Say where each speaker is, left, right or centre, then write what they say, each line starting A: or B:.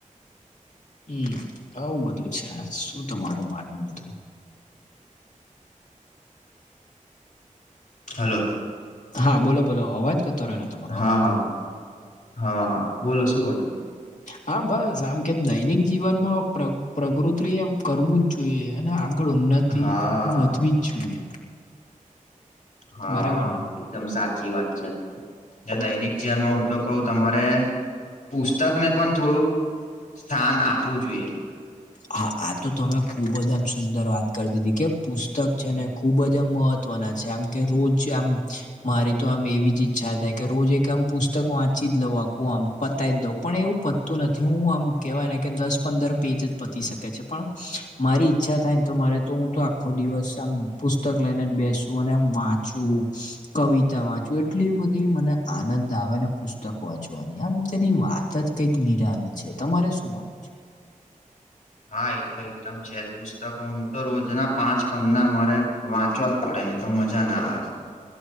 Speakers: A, on the left (about 65°); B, on the left (about 85°).
A: હમ્મ બઉ બધું છે આ શું તમારું માનવું બધું.
B: હલો.
A: હા બોલો બોલો અવાજ કરતો રહેલો તમારો
B: હા
A: હલો.
B: હા હા હા બોલો શું કહો છો?
A: હા બસ આમ કેમ દૈનિક જીવનમાં પ્ર-પ્રકૃતિ એમ કરવું જ જોઈએ અને ઉન્નતિ
B: હા
A: વધવી જ જોઈએ.
B: હા
A: બરાબર ને
B: એકદમ સાચી વાત છે. ને દૈનિક જીવનમાં હું તો કહ તમારે પુસ્તક ને પણ થોડુંક સ્થાન આપવું જોઈએ.
A: હા આ તો તમે ખુબ જ આમ સુંદર વાત કર દીધી કે પુશ પુસ્તક છે ને ખુબ જ આમ મહત્વના છે આમ કે રોજ આમ મારી તો આમ એવી જ ઈચ્છા થાય કે રોજ એક આમ પુસ્તક વાંચી જ લઉં આખું આમ પતાવી જ દઉં પણ એવું પતતું નથી હું આમ કેવાય ને કે દસ પંદર પેજ જ પતી શકે છે પણ મારી ઈચ્છા થાય તો મારે તો હું તો આખો દિવસ આમ પુસ્તક લઈને જ બેસું અને એમ વાચું કવિતા વાચું એટલી બધી મને આનંદ આવેને પુસ્તક વાંચવાની આમ તેની જ કઇક નીરાલી છે તમારે શું માનવુ છે
B: હા એ તો એકદમ છે પુસ્તકો હું તો રોજના પાંચ પના મારે વાંચવા જ પડે નહી તો મજા ના આવે